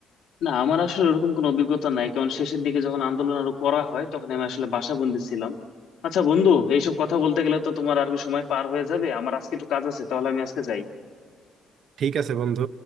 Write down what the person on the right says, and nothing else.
ঠিক আছে বন্ধু